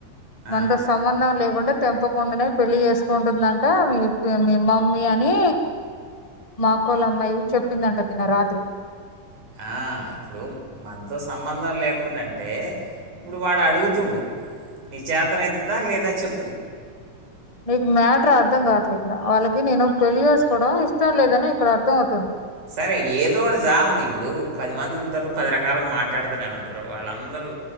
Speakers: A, on the right; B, on the left.
A: ఆ.
B: మనతో సంబంధం లేకుండా తెంపకుండానే పెళ్ళి చేసుకుంటుందంట ట మీ మమ్మీ అని మా కోళ్ళ అమ్మాయి చెప్పిందంట నిన్న రాత్రి
A: అహ ఇప్పుడు మనతో సంబంధం లేకుండా అంటే ఇప్పుడు వాడు అడుగుతుడు నిచాతన అవుతుందా లేదా చెప్పు
B: నీకు మ్యాటర్ అర్థం కావట్లే ఇక్కడ వాళ్ళకి నేను పెళ్లి చేేసుకోవడం ఇష్టం లేదని ఇక్కడ అర్థం అవుతుంది
A: సరే ఏదోడు ఒకటి జావని ఇప్పుడు పది మంది ఉంటు ఉంటారు పది రకాలుగా మాట్లాడుతూనే ఉంటారు రు వాళ్ళందరూ